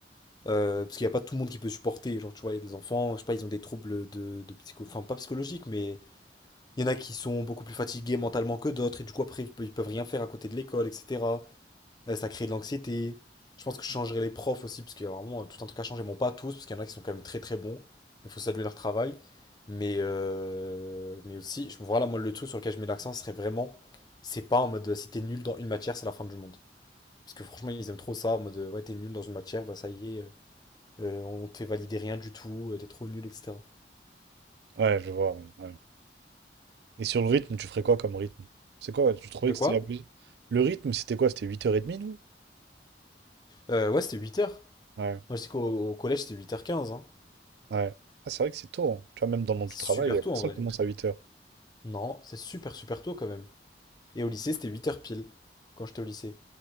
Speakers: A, on the left; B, on the right.
A: Euh, parce qu'il n'y a pas tout le monde qui peut supporter. Genre, tu vois, il y a des enfants, je sais pas, ils ont des troubles de, de psycho... Enfin, pas psychologiques, mais il y en a qui sont beaucoup plus fatigués mentalement que d'autres, et du coup, après, ils peuvent, ils peuvent rien faire à côté de l'école, etc. Euh, ça crée de l'anxiété. Je pense que je changerai les profs aussi, parce qu'il y a vraiment euh, tout un truc à changer. Bon, pas tous, parce qu'il y en a qui sont quand même très très bons. Il faut saluer leur travail. Mais, euh, mais aussi, je, voilà, moi, le truc sur lequel je mets l'accent, ce serait vraiment, c'est pas en mode, euh, si t'es nul dans une matière, c'est la fin du monde. Parce que franchement, ils aiment trop ça, en mode, euh, ouais, t'es nul dans une matière, bah ça y est. euh, euh, on te fait valider rien du tout, euh, t'es trop nul, etc.
B: ouais je vois ouais, ouais. Et sur le rythme, tu ferais quoi comme rythme? C'est quoi? Tu trouvais
A: De
B: que
A: quoi?
B: c'était abusé? Le rythme, c'était quoi? C'était 8h30, nous?
A: Euh, ouais, c'était huit heures
B: Ouais,
A: Moi, je sais qu'au au collège, c'était huit heures quinze hein.
B: ouais. Ah, c'est vrai que c'est tôt. hein. Tu vois, même dans le monde
A: C'est
B: du travail,
A: super
B: la personne
A: tôt en vrai.
B: commence à huit heures.
A: Non, c'est super, super tôt quand même. Et au lycée, c'était huit heures pile, quand j'étais au lycée.